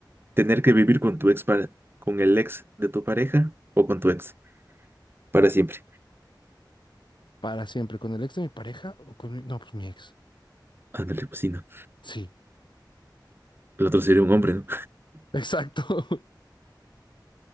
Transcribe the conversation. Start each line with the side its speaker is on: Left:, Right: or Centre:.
Right: tener que vivir con tu ex para, con el ex de tu pareja o con tu ex para siempre.
Left: Para siempre, ¿con el ex de mi pareja o con mi... No, pues mi ex.
Right: Ándale, pues sí, no.
Left: Sí,
Right: El otro sería un hombre, ¿no?
Left: exacto. <laughs>